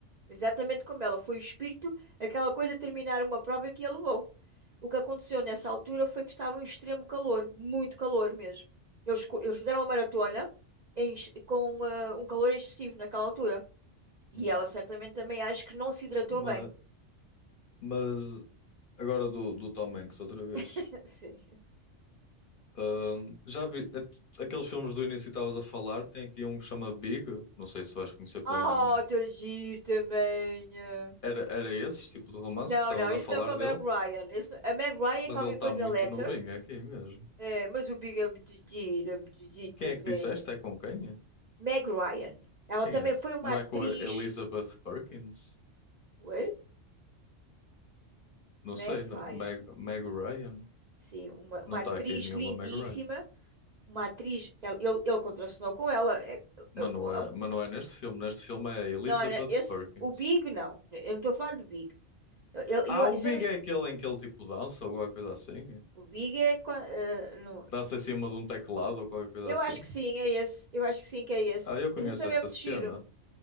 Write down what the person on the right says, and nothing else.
Exatamente como ela, foi o espírito, aquela coisa de terminar uma prova que a levou. O que aconteceu nessa altura foi que estava um extremo calor, muito calor mesmo. Eles, co- eles fizeram uma maratona em ex- com ah, um calor excessivo naquela altura.
E ela certamente também acho que não se hidratou
bem.
<laughs> Sim.
Ah,
tão giro também. eh.
Não,
não,
isso
não é com a
Meg Ryan. Isso não- A Meg Ryan
é qualquer
coisa
letter.
É, mas o Big é muito giro, é muito giro
também.
é.
Meg Ryan. Ela
também
foi uma
atriz.
Ué?
Meg
Ryan.
Sim, uma, uma
atriz
lindíssima.
Uma atriz. Ele, ele, ele contracenou com ela. É, é,
é, é,
não, não, esse,
o Big não. Eu não estou a falar do Big. Eu, eu,
eu-
se
eu não estou-
o Big é. qua- eh, no-
Eu
acho que sim, é esse. Eu acho que sim, que é esse.
Mas isso também
é muito
giro.